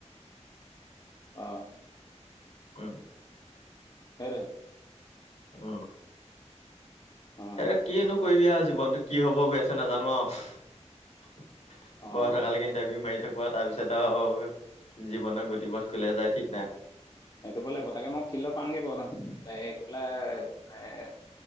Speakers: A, on the left (about 40°); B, on the left (about 65°).
A: অ
B: উম
A: হেটো
B: অ
A: অ',
B: এ কিনো কৰিবি আৰু জীৱনটো কি হব গৈ আছে নাজানো আৰু বয়স
A: অ',
B: থকালৈকে ইন্টাৰভিউ মাৰি থাকো তাৰপিছতে আৰু জীৱনৰ গতিবধ কলৈ যায় ঠিক নাই
A: এই কৰিব লাগিব তাকে মই ফিল্ডত পামগৈ বাৰু পেলাই